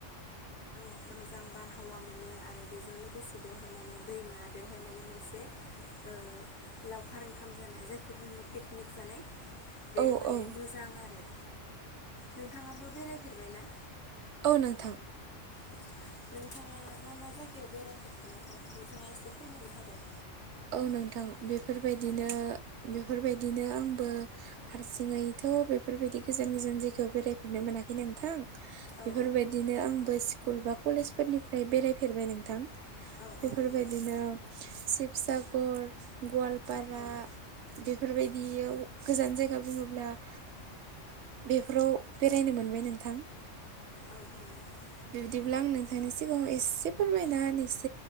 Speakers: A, on the left (about 70°); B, on the right (about 70°).
A: मोजां मोजां बारहावा मोनो आरो बेजों लोगोसे बेवहाय माने दैमा बेवहाय माने मोनसे ओ लावखार ओंखाम जानाय जायखौ बुङो पिकनिक जानाय। बे
B: औ
A: माने
B: औ
A: मोजां आरो नोंथाङाबो बेराय फेरबायना?
B: औ नोंथां।
A: <inaudible> नोंथाङा मा मा जायगायाव बेरायफेरखो नोंथां नोंथाङा एसे फोरमायना होदो?
B: औ नोंथां बेफोरबायदिनो बेफोरबायदिनो आंबो हारसिङै बेफोरबायदि गोजान गोजान जायखौ बेरायफनो मोनाखै नोंथां।
A: औ
B: बेफोरबायदिनो आंबो स्कुल बा कलेज फोरनिफ्राय बेराय फेरबाय नोंथां।
A: औ
B: बेफोरबायदिनो
A: औ नोंथां
B: शिबसागर, गवाल- पारा
A: औ
B: बेफोरबायदियाव गोजान जायगा बुङोब्ला- बेफोराव बेरायनो मोनबाय नोंथां।
A: औ औ नोंथां।
B: बिबदिब्ला आं नोंथांनि सिगाङाव एसे फोरमायना होनोसै।